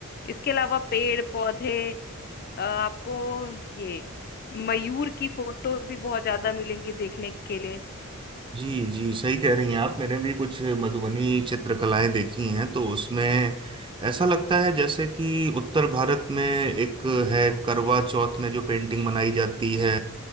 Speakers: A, on the left; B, on the right.
A: इसके अलावा पेड़ पौधे अ, आपको ये मयूर की फोटोज भी बहुत ज्यादा मिलेंगी देखने के लिए
B: जी जी सही कह रही हैं आप मैंने भी कुछ मधुबनी चित्रकलाएं देखी हैं तो उसमें ऐसा लगता है जैसे कि उत्तर भारत में एक है करवा चौथ में जो पेंटिंग बनाई जाती है